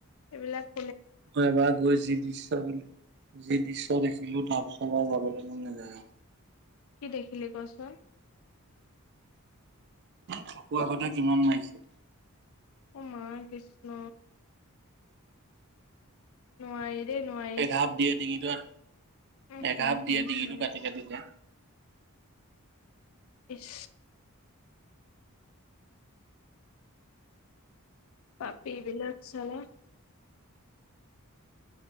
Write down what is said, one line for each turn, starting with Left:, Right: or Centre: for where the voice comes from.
Left: এইবিলাক
Right: ম এবাৰ গৈ যি দৃশ্য যি দৃশ্য দেখিলো তাৰ পিছত। চ যাবলৈ মন যায়।
Left: কি দেখিলি কচোন?
Right: থক আ কথা কিমান মাৰিছে।
Left: মই কৃষ্ণ। নোৱাৰি। দেই নোৱাৰি
Right: এক হাপ দিয়ে ডিঙিটো
Left: উম
Right: এক
Left: হম
Right: হাপ দিয়ে
Left: হম
Right: ডিঙিটো
Left: হম
Right: কাটি কাটি যায়।
Left: ইচ। পাপি বিলাক চালা।